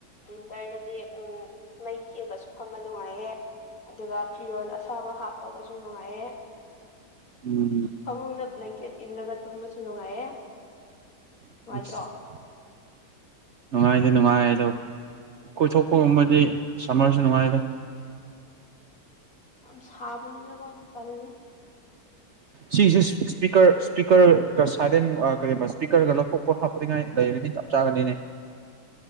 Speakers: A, on the left (about 55°); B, on the right (about 60°).
A: ꯋꯤꯟꯇꯔꯗꯗꯤ ꯎꯝ ꯃꯩ ꯀꯦꯕꯁꯨ ꯐꯝꯕ ꯅꯨꯡꯉꯥꯏꯌꯦ ꯑꯗꯨꯒ ꯐꯤꯔꯣꯟ ꯑꯁꯥꯕ ꯍꯥꯞꯄꯒꯁꯨ ꯅꯨꯡꯉꯥꯏꯌꯦ
B: ꯎꯝ
A: ꯐꯃꯨꯡꯗ ꯕ꯭ꯂꯦꯡꯀꯦꯠ ꯏꯜꯂꯒ ꯇꯨꯝꯕꯁꯨ ꯅꯨꯡꯉꯥꯏꯌꯦ ꯅꯨꯡꯉꯥꯏꯇ꯭ꯔꯣ
B: <unintelligible> ꯅꯨꯡꯉꯥꯏꯗꯤ ꯅꯨꯡꯉꯥꯏꯌꯦ ꯑꯗꯣ ꯀꯣꯏꯊꯣꯛꯄꯒꯨꯝꯕꯗꯤ ꯁꯝꯃꯔꯁꯨ ꯅꯨꯡꯉꯥꯏꯗ
A: ꯌꯥꯝ ꯁꯥꯕꯗꯨꯗꯀꯣ ꯇꯜꯂꯦ
B: ꯁꯤꯒꯤꯁꯦ ꯁ꯭ꯄꯤꯀꯔ ꯁ꯭ꯄꯤꯀꯔꯒ ꯁꯥꯏꯂꯦꯟ ꯑ ꯀꯔꯤꯕ ꯁ꯭ꯄꯤꯀꯔꯒ ꯂꯧꯊꯣꯛꯄ ꯍꯥꯞꯄꯅꯤꯉꯥꯏ ꯂꯩꯔꯗꯤ ꯆꯞ ꯆꯥꯒꯅꯤꯅꯦ